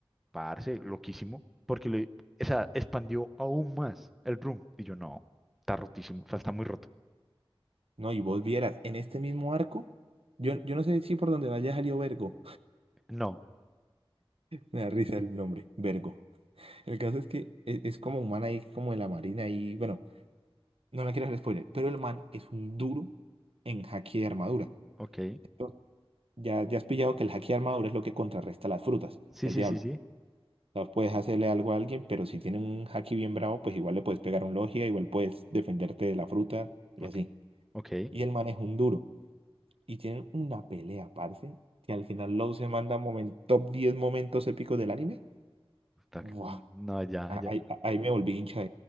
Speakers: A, in the centre; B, on the right.
A: parce, loquísimo, porque le, o sea, expandió aún más el room. Y yo, no, está rotísimo, o sea, está muy roto.
B: No, y vos vieras, en este mismo arco, yo, yo no sé si por donde vaya salió Vergo.
A: No,
B: Me da risa el nombre, Vergo. El caso es que e- es, como un man ahí, como de la marina y bueno, no la quiero hacer spoiler, pero el man es un duro en haki de armadura.
A: ok.
B: Entonces, ya, ya has pillado que el haki de armadura es lo que contrarresta las frutas
A: Sí,
B: del
A: sí,
B: diablo.
A: sí, sí.
B: O sea, puedes hacerle algo a alguien, pero si tiene un haki bien bravo, pues igual le puedes pegar un logia, igual puedes defenderte de la fruta y
A: Ok.
B: así.
A: Ok.
B: Y el man es un duro. Y tienen una pelea, parce, que al final Law se manda momen- top 10 momentos épicos del anime.
A: está
B: Buah,
A: No, ya,
B: ah,
A: ya.
B: ahí, ahí me volví hincha